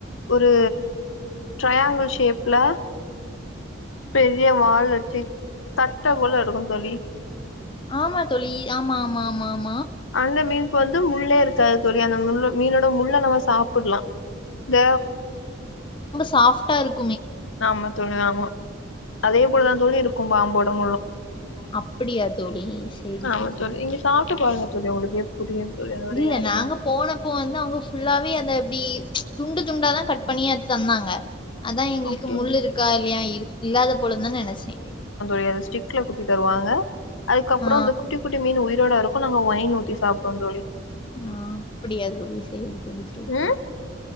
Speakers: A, on the left (about 70°); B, on the left (about 25°).
A: ஒரு டரையாங்கிள் ஷேப்ல பெரிய வால் வச்சு தட்ட போல இருக்கு தோழி
B: ஆமா தோழி ஆமா ஆமா ஆமாம்
A: அந்த மீனுக்கு வந்து முள்ளே இருக்காது தோழி அந்த முள் மீனோட முள்ள நம்ம சாப்டலாம் இந்த
B: சாஃப்டா இருக்
A: ஆமா தோழி ஆமா அதே போலதான் தொழில் இருக்கும் பாம்போடம்
B: அப்புடியா தோழி சரி
A: ஆமா
B: சரி
A: தோழி நீங்க சாப்ட்டு பாருங்க தோழி உங்களுக்கே புரியு தோழி அதோடைய
B: இல்ல
A: அரும
B: நாங்க போனப்போ வந்து அவங்க ஃபுல்லாவே அத எப்டி துண்டு துண்டாதான் கட் பண்ணி அடுத்துட் வந்தாங்க அதான் எங்களுக்கு
A: ஓகே
B: முள்
A: ஓகே
B: இருக்கா இல்லையா இல்லாத போல தான் நெனைச்சேன்
A: ரியாது ஸ்டிக்ல குத்தி தருவாங்க ங்க அதுக்கப்புறம்
B: ஆ
A: இந்த குட்டி குட்டி மீன் உயிரோட இருக் ப்ப நாங்க ஒய்ன் ஊத்தி சாப்டுவோம் தோழி
B: ஆ அப்பிடியா தோழி சேரி சேரி
A: ம்